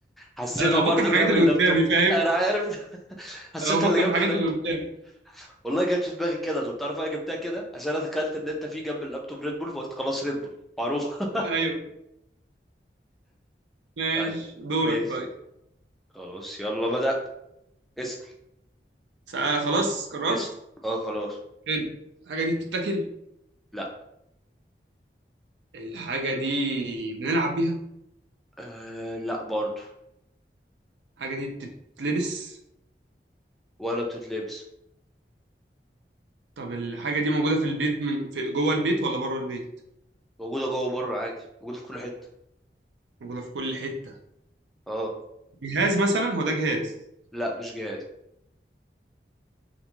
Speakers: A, in the centre; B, on the right.
A: حسيتها
B: <laughs> انا
A: برضو
B: بفكر في الحاجات
A: جاب
B: اللي
A: اللابتوب
B: قدامي فاهم
A: انا عارف <laughs> حسيتها
B: انا بفكر
A: اللي جنب
B: في الحاجات
A: اللابتوب
B: اللي قدامي
A: والله جت في دماغي كده طب تعرف انا جبتها كده عشان انا تخيلت ان انت في جنب اللابتوب ريد بول فقلت خلاص ريد بول معروف
B: ايوه
A: <laughs>
B: ماشي
A: طيب
B: دورك
A: ماشي
B: طيب
A: خلاص يلا بدأت اسأل
B: ساعة- خلاص قررت
A: اسأل اه خلاص
B: حلو الحاجة دي بتتاكل
A: لا
B: الحاجة دي بنلعب بيها
A: آه لا برضو
B: الحاجة دي بتتلبس
A: ولا بتتلبس
B: طب الحاجة دي موجودة في البيت من في جوه البيت ولا بره البيت
A: موجودة جوه بره عادي موجودة في كل حتة
B: موجودة في كل حتة
A: اه
B: جهاز مثلا هو ده جهاز
A: لا مش جهاز